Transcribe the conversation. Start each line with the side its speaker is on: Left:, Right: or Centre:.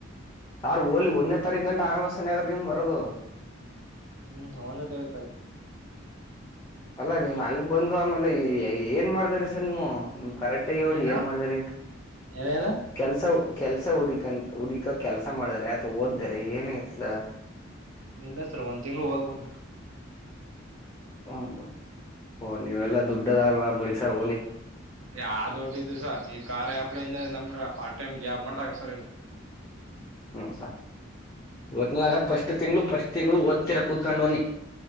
Left: ಸಾರ್ು ಹಓಲಿ ಒಂದನೇ ತಾರೀು ಗಂಟ ಆಗವಸ್ನಗ್ರ ನಿಮ್ ಬರೋದು
Right: ಹ್ಮ್ ಹನು ತರೆಕಾಯ
Left: ಅಲ್ಲಾ ನಿಮ್ ಅಲ್ ಬಂದು ಆಮೇಲೆ ಏನ್ ಮಾಡ್ದಾರಿ ಸರ್ ನೀವು ಕರೆಕ್ಟ್ಗಿ ಹೇಳಿ
Right: ಏನ
Left: ಏನ್ ಮಾಡಿದಾರ ಅಂತ
Right: ಏನೇನು
Left: ಕೆಲ್ಸ ಕೆಲ್ಸ ಹುಡಿಕನ್ ಹುಡಕ ಕೆಲ್ಸ ಮಾಡಿದಾರ ಅಥವಾ ಓದ್ದಾರೆ ಏನತ್ಲ
Right: ಇಲ್ಲ ಸರ್ ಒಂದ್ ತಿಂಗಗಳು ಓದ್ ಬಿಿಡ್ತನ
Left: ಒಂದು ಹಓ ನೀವೆಲ್ಲಾ ದುಡ್ಡದ ಹಲ್ವ ಬಿಡ ಸಗಲಿಿ
Right: ಯಾವ ದೊಡ್ಡ್ದು ಸರ್ ಈ ಕಾರಾರ್ ಹಾಪ್ಳಿಂದ ನಮ್ಗ ಪಫಾರ್ಟ್ ಟೈಮ್ ಜಾಬ್ ಮಾಡಾಗ ಸರ್ ಇದು
Left: ಹ್ಮ್ ಸ ಇಟ್ಿನಾಗ ಫಸ್ಟ್ ತಿಂಗ್ಳ ಫಸ್ಟ್ ತಿಂಗ್ಳ ಓದ್ತಿೀರ ಕೂತ್ಕೊಂಡ ಹೋಗನಿ